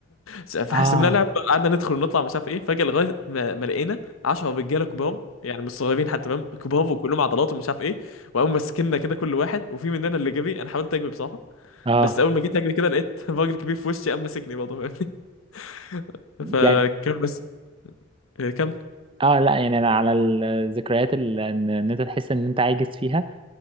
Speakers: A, on the left; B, on the right.
A: فحسبناها
B: اه
A: لعبه بقى، قعدنا ندخل ونطلع مش عارف ايه فجاه لغايه ما, ما لقينا 10 رجاله كبار يعني مش صغيرين حتى فاهم كبار وكلهم عضلات ومش عارف ايه وقاموا ماسكيننا كده كل واحد وفي مننا اللي جري انا حاولت اجري بصراحه
B: اه
A: بس اول ما جيت اجري كده لقيت <laughs> راجل كبير في وشي قام ماسكني برضه فاهمني <laughs> فكان
B: يعني
A: بس إيه، كمل
B: اه لا يعني انا على الذكريات اللي ان إن انت تحس ان انت عاجز فيها